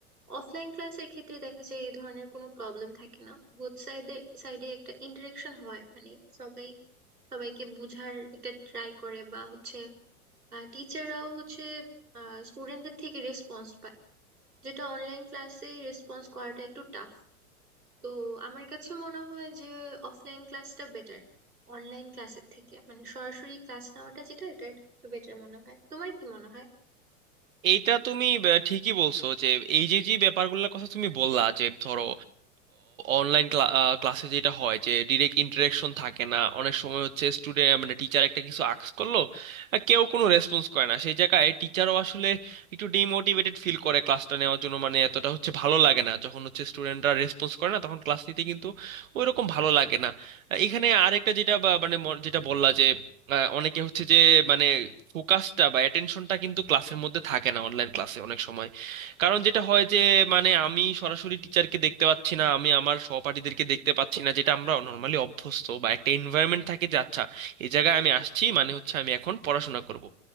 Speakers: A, on the right; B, on the right.
A: অফলাইন ক্লাসের ক্ষেত্রে দেখা যায় এই ধরনের কোনো প্রবলেম থাকে না বোথ সাইডে সাইডে একটা ইন্টারেকশন হয় মানে সবাই সবাইকে বুঝার একটা ট্রাই করে বা হচ্ছে টিচাররাও হচ্ছে স্টুডেন্টদের থেকে রেসপন্স পায় যেটা অনলাইন ক্লাসে রেসপন্স করাটা একটু টাফ তো আমার কাছে মনে হয় যে অফলাইন ক্লাসটা বেটার অনলাইন ক্লাসের থেকে মানে সরাসরি ক্লাস নেওয়াটা যেটা এটা একটু বেটার মনে হয় তোমার কি মনে হয়
B: এইটা তুমি আহ, ঠিকই বলছো যে এই যে যে ব্যাপারগুলোর কথা তুমি বললা যে ধরো অনলাইন ক্লাসে যেটা হয় যে ডিরেক্ট ইন্টারেকশন থাকে না অনেক সময় হচ্ছে স্টুডেন্ট মানে টিচার একটা কিছু আক্স করলো আর কেউ কোনো রেসপন্স করে না সেই জায়গায় টিচারও আসলে একটু ডিমোটিভেটেড ফিল করে ক্লাসটা নেওয়ার জন্য মানে এতটা হচ্ছে ভালো লাগে না যখন হচ্ছে স্টুডেন্টরা রেসপন্স করে না তখন ক্লাস নিতে কিন্তু ওইরকম ভালো লাগে না আহ, এখানে আরেকটা যেটা বা- মানে মন- যেটা বললা যে আহ, অনেকে হচ্ছে যে মানে ফোকাসটা বা অ্যাটেনশনটা কিন্তু ক্লাসের মধ্যে থাকে না অনলাইন ক্লাসে অনেক সময় কারণ যেটা হয় যে মানে আমি সরাসরি টিচারকে দেখতে পাচ্ছি না আমি আমার সহপাঠীদেরকে দেখতে পাচ্ছি না যেটা আমরা নর্মালি অভ্যস্ত বা একটা এনভায়রনমেন্ট থাকে যে আচ্ছা এই জায়গায় আমি আসছি মানে হচ্ছে আমি এখন পড়াশোনা করব